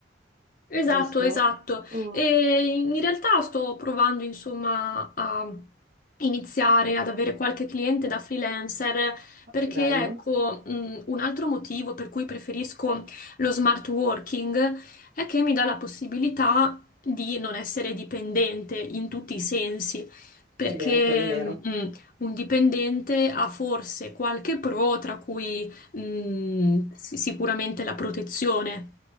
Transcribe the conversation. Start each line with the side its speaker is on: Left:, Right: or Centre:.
Left: Esatto,
Right: giusto?
Left: esatto.
Right: Mm.
Left: E in realtà sto provando, insomma, a iniziare ad avere qualche cliente da freelancer perché,
Right: Che bello.
Left: ecco, mh, un altro motivo per cui preferisco lo smart working è che mi dà la possibilità di non essere dipendente in tutti i sensi, perché
Right: Sì, è vero, quello è vero.
Left: mh, un dipendente ha forse qualche pro, tra cui Mm, sì- sicuramente la protezione.